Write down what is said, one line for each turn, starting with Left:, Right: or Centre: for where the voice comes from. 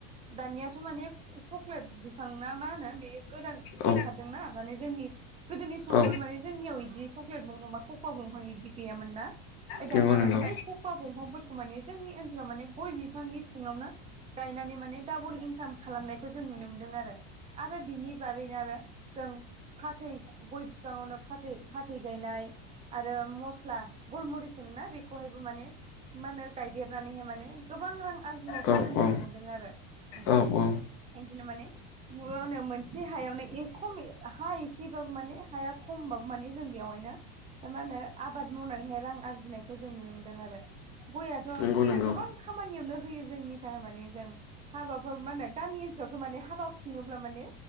Right: दानियाथ' माने चक्लेट बिफां ना मा होनो बे गोदान
Left: औ
Right: ओंखारदोंना माने जोंनि गोदोनि समावथ'
Left: औ
Right: माने जोंनियाव बिदि सक्लेट दंफां ककव दफां इदि गैयामोन ना ओमफ्राय
Left: नंगौ
Right: दानिया
Left: नंगौ
Right: मे बै खखा बंफांफोरखौ माने जोंनि ओनसोलाव माने गय बिफांनि सिङावनो गायनानै माने डाबल इंकाम खालामनायखौ जों नुनो मोन्दों आरो आरो बिनि बारैनो आरो जों फाथै गय बिफाङावनो फाथै फाथै गायनाय आरो मस्ला गलमरिस बेखौहायबो माने मा होनो गायदेरनानैहाय माने गोबां रां आरजिनायखौ
Left: औ
Right: जों नुनो मोन्दों आरो नोंथां।
Left: औ औ
Right: बिदिनो माने मावनो मोनसे हायावनो एखम हा एसे बाबो माने हाया खमबाबो माने जों बेयावहायनो। मा होनो आबाद मावनानैहाय रां आरजिनायखौ जों नुनो मोन्दों आरो। गयाथ'
Left: नंगौ नंगौ
Right: गोबां खामानियावनो होयो जोंनि थाखाय माने जों हाबाफोर मा होनो गामि ओनसोलावथ' माने हाबा खुङोब्ला माने।